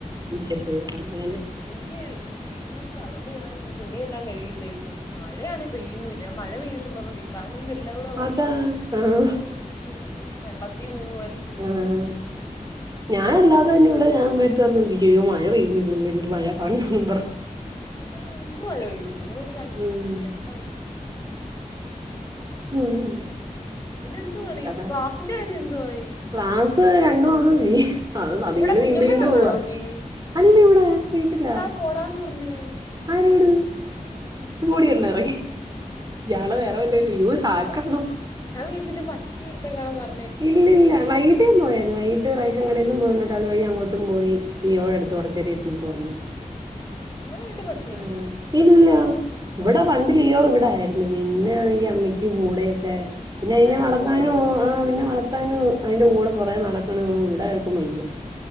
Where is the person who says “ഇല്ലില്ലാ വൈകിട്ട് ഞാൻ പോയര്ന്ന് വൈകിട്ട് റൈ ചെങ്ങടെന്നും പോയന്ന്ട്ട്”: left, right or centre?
Right